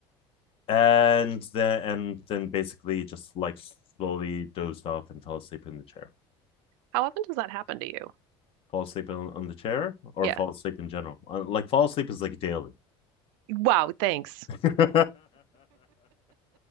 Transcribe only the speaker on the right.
How often does that happen to you?
Yeah.
Wow, thanks.